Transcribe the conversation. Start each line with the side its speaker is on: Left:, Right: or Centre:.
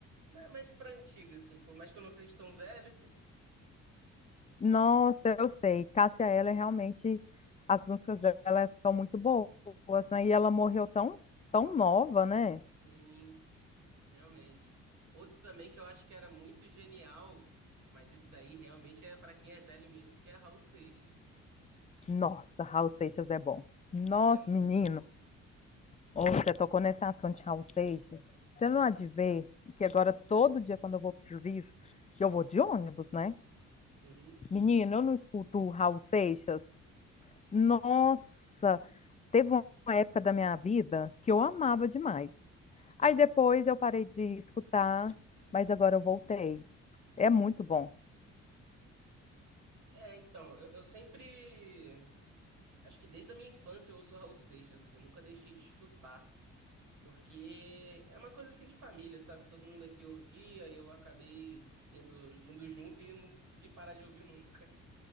Right: ma- Mais pra antiga, assim. Por mais que eu não seja tão velho.
Left: Nossa, eu sei. Cássia Eller realmente as músicas dela são muito boas, né? E ela morreu tão tão nova, né?
Right: Sim. Realmente. Outro também que eu acho que era muito genial, mas esse daí realmente é para quem é velho mesmo, que é Raul Seixas.
Left: Nossa, Raul Seixas é bom. Nossa,
Right: É muito
Left: menino,
Right: bom.
Left: ou você tocou nesse assunto de Raul Seixas. Você não há de ver que agora todo dia quando eu vou pro serviço, que eu vou de ônibus, né?
Right: Uhum.
Left: Menino, eu não escuto o Raul Seixas. Nossa, Teve uma época da minha vida que eu amava demais. Aí depois eu parei de escutar, mas agora eu voltei. É muito bom,
Right: É, então, eu, eu sempre. Acho que desde a minha infância eu ouço Raul Seixas, assim, nunca deixei de escutar. Porque é uma coisa assim de família, sabe? Todo mundo aqui ouvia, eu acabei indo, indo junto e não consegui parar de ouvir nunca.